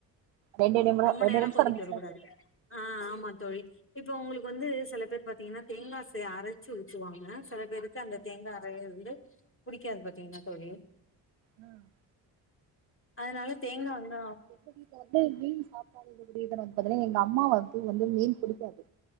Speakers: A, on the right; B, on the left.
A: ரெண்டு நிமிடோ
B: ரொம்ப
A: ரெண்டு
B: நேரம்
A: நிமிஷோ
B: கொதிக்க
A: இருந்துச்சுன்னா
B: விடுக்க கூடாது
A: போது
B: ஆ ஆமா தோழி இப்ப உங்களுக்கு வந்து சில பேர் பாத்தீங்கன்னா தேங்காசு அரைச்சு ஊத்துவாங்க சில பே ருக்கு அந்த
A: ம்
B: தேங்காய் அறைய வந்து புடிக்காது பாத்தீங்கன்னா தோழி
A: ம்
B: அதனால தேங்காய் வந்த
A: எப்படி வந்து மீன் சாப்பிடாதுந்து பாத்தீங்கன்னா எங்க அம்மாாவ வந்து வந்து மீன் பிடிக்காது